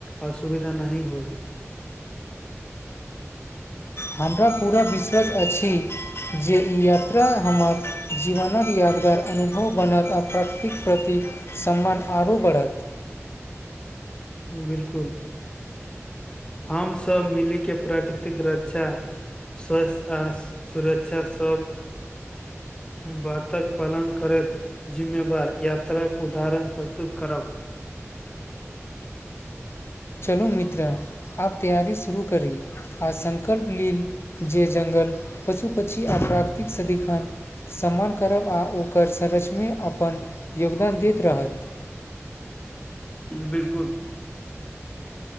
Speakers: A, on the left (about 20°); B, on the left (about 55°).
A: असुविधा नहि होई
B: हमरा पूरा विश्वास अछि जे ई यात्रा हमर जीवनक यादगार अनुभ बनत आ प्रकृतिक प्रति सम्मान आ आरो बढ़त
A: बिलकुल हम सभ मिली के प्राकृतिक रक्षा स्वास्थ्य आ सुरक्षा सभ बातक पालन करैत जिम्मेवार यात्राक उदाहरण प्रस्तुत करब
B: चलू मित्रा आप तैयरी शुरू करी आ सङ्कल्प ली जे जंगल पशु पक्षी आ प्राकृतिक सदिखन सम्मान करब आ ओकर सरचमे अपन योगदान दैत रहत
A: बिलकुल